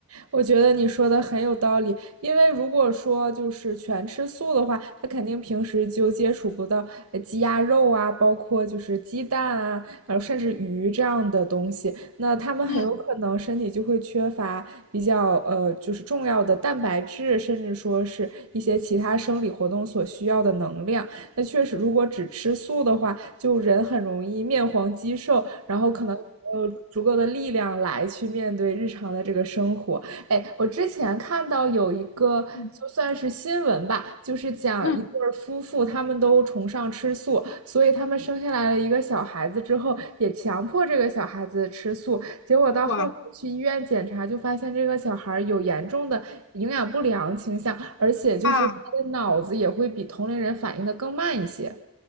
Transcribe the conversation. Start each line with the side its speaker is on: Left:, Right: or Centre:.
Right: 我觉得你说的很有道理，因为如果说就是全吃素的话，他肯定平时就接触不到呃鸡鸭肉啊，包括就是鸡蛋啊，呃甚至鱼这样的东西，那他们很有可能身体就会缺乏比较呃就是重要的蛋白质，
Left: 嗯
Right: 甚至说是一些其他生理活动所需要的能量。那确实，如果只吃素的话，就人很容易面黄肌瘦，然后可能。没有足够的力量来去面对日常的这个生活，哎，我之前看到有一个就算是新闻吧，
Left: 嗯
Right: 就是讲一对儿夫妇，
Left: 嗯，
Right: 他们都崇尚吃素，所以他们生下来了一个小孩子之后，也强迫这个小孩子吃素，结果到后面去医院检查，
Left: 哇
Right: 就发现这个小孩儿有严重的营养不良倾向，而且就是他的脑子也会比同龄人反应的更慢一些。
Left: 啊！